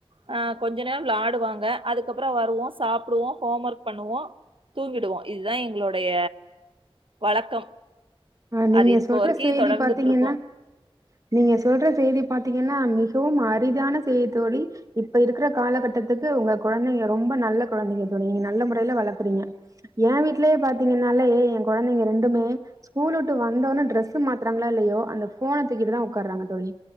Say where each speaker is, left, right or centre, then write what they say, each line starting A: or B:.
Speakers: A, on the right; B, on the right.
A: அ கொஞ்ச நேரோ விளாடுவாங்க அதுக்கப்புறோ வருவோ சாப்டுவோ ஹோம் ஒர்க் பண்ணுவோ தூங்கிடுவோ இதுதா எங்களுடைய வழக்கம்
B: அ நீங்க
A: அது இப்போ
B: சொல்ற
A: வரைக்கு
B: செய்தி
A: தொடர்ந்துட்டு
B: பாத்தீங்கனா
A: இருக்கோ
B: நீங்க சொல்ற செய்தி பாத்தீங்கன்னா மிகவும் அரிதான செய்தி தோழி இப்ப இருக்கிற கால கட்டத்துக்கு உங்க கொழந்தைங்க ரொம்ப நல்ல கொழந்தைங்க தோழி நீங்க நல்ல முறையில வளக்குறீங்க ஏ வீட்லயே பாத்தீங்கன்னாலய ஏ கொழந்தைங்க ரெண்டுமே ஸ்கூல் விட்டு வந்தோன்ன டிரெஸ்சு மாத்துராங்களோ இல்லயோ அந்த போனத்தூக்கிட்டுதா உக்காறாங்க தோழி